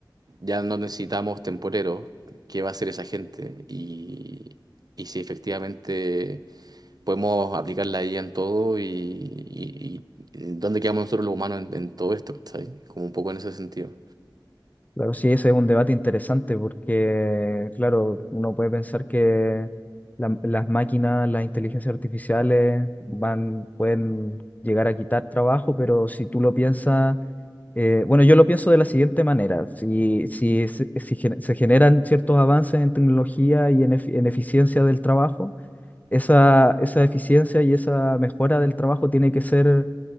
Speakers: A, on the right; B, on the left.
A: Ya no necesitamos temporeros. ¿Qué va a hacer esa gente? Y, y si efectivamente podemos aplicar la IA en todo y, y- y dónde quedamos nosotros los humanos en, en todo esto, ¿cachai? Como un poco en ese sentido.
B: Claro, sí, ese es un debate interesante porque, claro, uno puede pensar que la- las máquinas, las inteligencias artificiales van, pueden llegar a quitar trabajo, pero si tú lo piensas, eh, bueno, yo lo pienso de la siguiente manera, si, si, se si gen- se generan ciertos avances en tecnología y en, efi- en eficiencia del trabajo, esa, esa eficiencia y esa mejora del trabajo tiene que ser